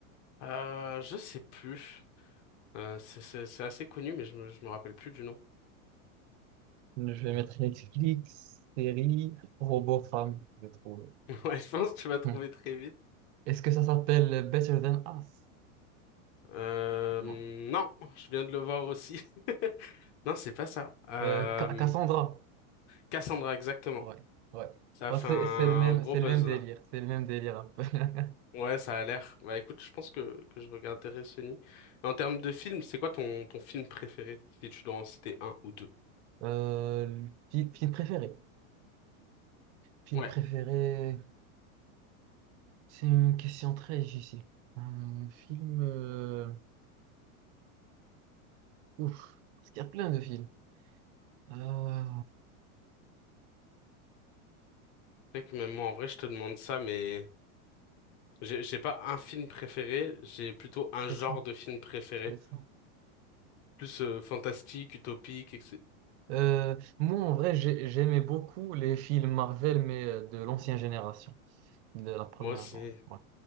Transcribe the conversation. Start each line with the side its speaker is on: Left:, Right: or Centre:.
Left: Euh, je sais plus. Euh, c'est c'est- c'est assez connu, mais je me, je me rappelle plus du nom.
Right: Je vais mettre Netflix, série, robot femme, je vais trouver.
Left: <laughs> Ouais, je pense que tu vas trouver
Right: Hmm.
Left: très vite.
Right: Est-ce que ça s'appelle Better Than Us?
Left: Euh,
Right: Non.
Left: non, je viens de le voir aussi. <laughs> Non, c'est pas ça. Euh,
Right: Euh, Ca- Cassandra.
Left: Cassandra, exactement.
Right: Ouais, ouais.
Left: Ça
Right: Bah,
Left: a fait
Right: c'est
Left: un
Right: c'est le même,
Left: gros
Right: c'est
Left: buzz,
Right: le même délire.
Left: là.
Right: C'est le même délire un peu. <laughs>
Left: Ouais, ça a l'air. Bah écoute, je pense que, que je regarderai Sony. En termes de film, c'est quoi ton, ton film préféré, si tu dois en citer un ou deux?
Right: Euh, le fi- film préféré. Film
Left: Ouais,
Right: préféré. C'est une question très difficile. Un film. euh, Ouf. Parce qu'il y a plein de films. Euh,
Left: c'est vrai que même moi, en vrai, je te demande ça, mais j'ai j'ai pas un film préféré, j'ai plutôt un
Right: C'est
Left: genre
Right: ça.
Left: de film préféré.
Right: C'est ça.
Left: Plus euh, fantastique, utopique, etc.
Right: Euh, moi, en vrai, j'ai- j'aimais beaucoup les films Marvel, mais euh, de l'ancienne génération, de la première,
Left: Moi aussi.
Right: genre. Ouais.